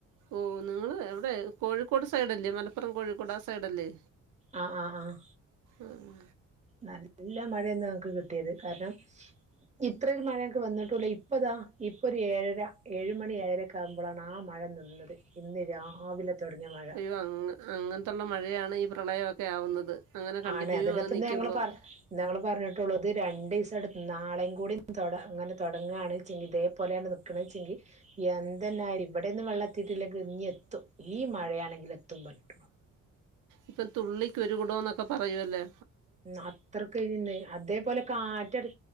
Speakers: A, on the right (about 80°); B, on the right (about 25°).
A: ഓഹ് നിങ്ങള് എവിടെ കോഴിക്കോട് സൈഡല്ലേ മലപ്പുറം കോഴിക്കോട് ആഹ് സൈഡല്ലേ.
B: ആഹ് ആഹ് ആഹ്.
A: ആഹ്
B: നല്ല മഴയെന്ന് ഞങ്ങക്ക് കിട്യത് കാര്ണം ഇത്രൊരു മഴയൊക്കെ വന്നിട്ടുംല്ല ഇപ്പതാ ഇപ്പൊ ഒരു ഏഴര ഏയ് മണി ഏഴരക്ക് ണ്ടാവുമ്പളാണ് ആഹ് മഴ നിന്നത് ഇന്ന് രാവിലെ തോടങ്ങ്യ മഴ.
A: <unintelligible> അങ്ങ് അങ്ങനത്തുള്ള മഴയാണ് ഈ പ്രളയവൊക്കെ ആവുന്നത്. അങ്ങനെ കണ്ടിന്യൂ
B: ആണ് അതന്നെപ്പൊ
A: അങ്ങ്
B: ഇന്ന്
A: നിൽക്കുമ്പം
B: ഞങ്ങള് പറ ഞങ്ങള് പാറഞ്ഞിട്ടൊള്ളൂ ഇത് രണ്ടീസം ആണ്ട് നാളെയും കൂടി തൊട ഇങ്ങനെ തൊടങ്ങാണ് വെച്ചെങ്കി ഇതേ പോലെയാണ്. നിക്ക്ണെച്ചെങ്കി എന്തെന്നേ ആയാലും ഇവിടെന്നും വെള്ളത്തിയിട്ടില്ലെങ്ക ഇഞ്ഞ് എത്തും. ഈ മഴയാണെങ്കിലെത്തും വെള്ളം
A: ഇപ്പൊ തുള്ളിക്ക് ഒരു കുടൊന്നൊക്കെ പറയൊല്ലോ?
B: ഉം അത്രക്കുവേനിന്ന് അതേപോലെ കാറ്റടി